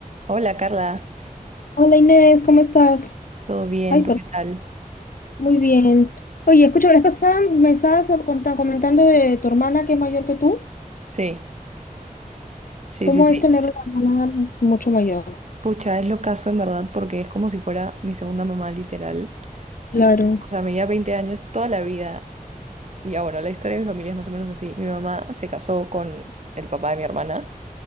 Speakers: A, on the right; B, on the left.
A: Hola Carla,
B: Hola Inés, ¿cómo estás?
A: ¿todo bien?
B: Ay,
A: ¿Tú
B: perdón,
A: qué tal?
B: muy bien. Oye, escucha, la vez pasada me estabas conta- comentando de tu hermana que es mayor que tú.
A: Sí, sí,
B: ¿Cómo
A: sí, sí.
B: es tener una hermana mucho mayor?
A: Pucha, es lo caso en verdad porque es como si fuera mi segunda mamá literal.
B: Claro,
A: O sea, me lleva 20 años toda la vida. Ya bueno, la historia de mi familia es más o menos así. Mi mamá se casó con el papá de mi hermana,